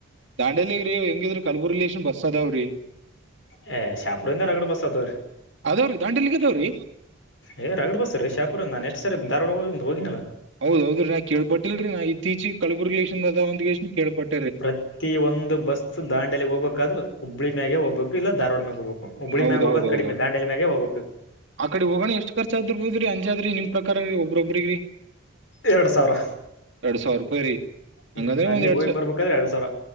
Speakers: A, on the right; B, on the left.
A: ದಾಂಡೆಲಿಗ್್ರೀ ಹೆಂಗಿದ್ರ ಕಲ್ಬುರ್ ಲೇಶನ್ ಬಸ್ ಅದಾವ್ರೀ
B: ಹ ಶಾಪುರ ಇಂದರ ಕಡೆ ಬಸತ
A: ಅದಾವ್ರಿ ದಾಂಡೇಲಿಗ್ ಅದಾವ್ರಿ
B: ಏ ರಗಡ್ ಬಸ್ತ ರೀ ಶಾಪುರ ನಾನು ಎಷ್ಟು ಸರಿ ಧಾರ್ವಾಡ ಹೋಗಿನನಿಲ್ಲ
A: ಹೌದೌದ್ರೀ ನಾ ಕೇಳ್ಪಟ್ಟಿಲ್ರರಿ ನಾ ಇತ್ತೀಚ ಕಬುರ್ಗ ಲೇಶನ್ದ ಒ್ೇಶ ಕೇಳ್ಪಟ್ಟಿ
B: ಪ್ರತಿ ಒಂದು ಬಸ್ ದಾಂಡಲಿ ಹೋಗ್ಬೇಕಾದ್ರೆ ಹುಬ್ಳಿ ಮ್ಯಾಗೆ ಹೋಗ್ಬೇಕು ಇಲ್ಲ ಧಾರವಾಡ ಮ್ಯಾಗ ಹೋಗ್ಬೇಕು ಹುಬ್ಳಿ
A: ಹೌದೌದೌದು
B: ಮ್ಯಾಗ ಹೋಗೋದ್ ಕಡಿಮೆ ದಾಂಡೇಲಿ ಮ್ಯಾಗೆ ಹೋಗ್ಬೇಕು
A: ಆ ಕಡೆ ಹೋಗೋಣ ಎಷ್ಟ್ ಖರ್ಚ ಆದರ್ಬೋದ್ರಿ ಅಂಜಾದ್ರಿ ನಿಮ ಪ್ರಕಾರ ರೀ ಒಬ್ರೊಬ್ರಗ್ರೀ
B: ಎರಡ್ ಸಾವಿರ
A: ಎರಡ್ ಸಾವಿರ ರೂಪಾಯಿ ರೀ
B: ಹ್ಮ್
A: ಹಂಗಂದ್ರೆ
B: ಅಲ್ಲಿ
A: ಒಂದ್ ಎರಡ್
B: ಹೋಗ್
A: ಸಾವ
B: ಬರ್ಬೇಕಾದ್ರೆ ಎರಡ್ ಸಾವಿರ